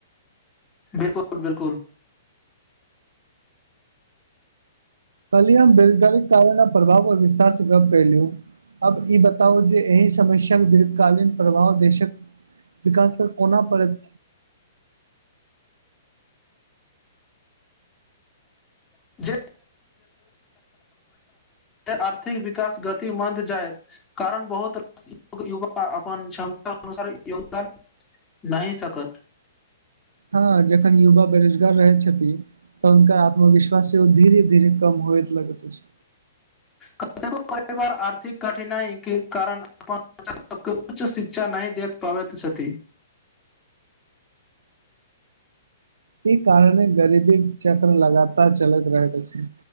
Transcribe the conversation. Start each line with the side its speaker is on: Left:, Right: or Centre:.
Left: बिल्कुल बिल्कुल
Right: कहली हम बेरोजगारी कारण प्रभाव पर विस्तार सऽ गप कैलू अब ई बताउ जे एहि समस्याक दीर्घकालीन प्रभाव देशक विकास पर कोना पड़ैत
Left: <unintelligible> आर्थिक विकास गति मंद जायत कारण बहुत <unintelligible> युवा अपन क्षमता अनुसार योगदान नहि सकत
Right: हँ जखन युवा बेरोजगार रहै छथि तऽ हुनकर आत्मविश्वास सेहो धीरे धीरे कम होयत लगैत अछि
Left: क काई गो परिवार आर्थिक कठिनाई केँ कारण अपन बच्चा सब कऽ उच्च शिक्षा नहि देत पबईत छथी
Right: ई कारण गरीबी चक्र लगातार चलैत रहैत छैय